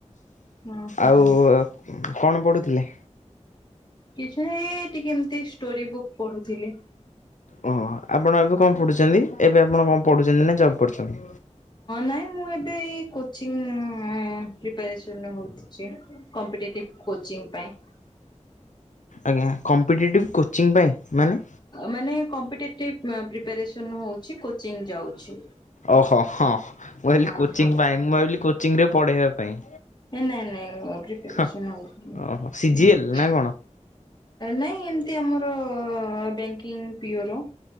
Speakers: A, on the left; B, on the left.
A: ହୁଁ ହୁଁ
B: ଆଉ କଣ ପଢୁଥିଲେ?
A: କିଛି ନାଇଁ ଟିକେ ଏମତି ଷ୍ଟୋରି ବୁକ୍ ପଢୁଥିଲି।
B: ହଁ ଆପଣ ଏବେ
A: ହଁ
B: କଣ ପଢ଼ୁଛନ୍ତି, ଏବେ ଆପଣ କଣ ପଢ଼ୁଛନ୍ତି ନା ଜବ୍ କରୁଛନ୍ତି?
A: ନାଇଁ ମୁଁ ଏବେ ଏଇ କୋଚିନ୍ ପ୍ରିପାରେସନ ହଉଛି। କମ୍ପିଟେଟିଭ କୋଚିଂ ପାଇଁ।
B: ଆଜ୍ଞା, କମ୍ପିଟେଟିଭ୍ କୋଚିଂ ପାଇଁ ମାନେ?
A: ମାନେ କମ୍ପେଟେଟିଭ୍ ପପ୍ରେପରେସନ ହଉଛି, କୋଚିଂ ଯାଉଛି।
B: ଓହୋ ହ ମୁଁ ଭାବିଲି
A: ହଁ
B: କୋଚିଂ
A: ହଁ
B: ପାଇଁ, ମୁଁ ଭାବିଲି କୋଚିଂରେ ପଢେଇବା ପାଇଁ।
A: ଏ ନାଇଁ ନାଇଁ ପ୍ରିପରେଶନ
B: ହଁ
A: ହଉଛି।
B: ଓହୋ ସିଜିଏଲ ନା କଣ?
A: ନାଇଁ ଏମତି ଆମର ବ୍ୟାଙ୍କିଙ୍ଗ ପିଓ ର।